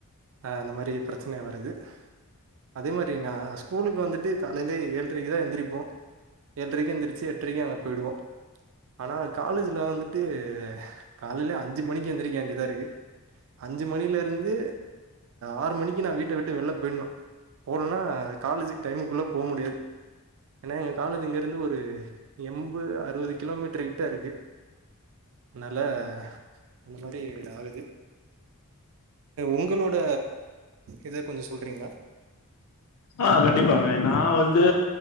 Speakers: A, on the right (about 60°); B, on the left (about 85°).
A: அஹ் அந்த மாரி பிரச்சன வருது அதே மாரி நான் ஸ்கூலுக்கு வந்துட்டு காலைலயே ஏழுரைக்குதான் எந்திரிப்போ ஏழரைக்கும் எழுந்திரச்சு எட்டுரைக்கும் அங்க போயிடுவோ ஆனால் காலேஜில் வந்துட்டு காலையையில் அஞ்சு மணிக்கு எழுந்திரிக்க வேண்டியதாக இருக்குது அஞ்சு மணிலேருந்து ஆறு மணிக்கு நான் வீட்ட விட்டு வெளில போயிடணு போலன்னா காலேஜ்க்கு டைமுக்குள்ள போ முடியாது என்னா எங்க காலேஜ் இங்க இருந்து ஒரு எம்பது அறுவது கிலோமீட்டர் கிட்ட இருக்கு அதனால இந்த மாரி ஆகுது உங்களோட இத கொஞ்சோ சொல்றீங்களா
B: ஆஹ் கண்டிப்பாங்க நான் வந்து